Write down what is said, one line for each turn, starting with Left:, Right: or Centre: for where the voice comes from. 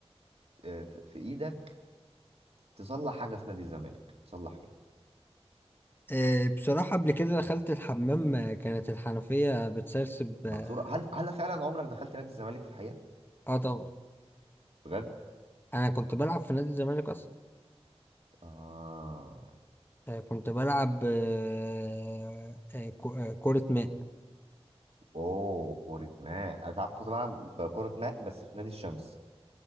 Right: آه، في في ايدك تصلح حاجه في نادي الزمالك تصلح ايه
Left: آه، بصراحة قبل كده دخلت الحمام آه، كانت الحنفية بتسرسب
Right: مكسوره
Left: اه
Right: هل هل فعلا عمرك دخلت نادي الزمالك في الحقيقه
Left: آه طبعا
Right: بجد
Left: أنا كنت بلعب في نادي الزمالك أصلا
Right: اه
Left: آه، كنت بلعب آه، آه، كو- آه، كرة ماء
Right: اوه كره ماء انا تعرف كنت بلعب كره ماء بس في نادي الشمس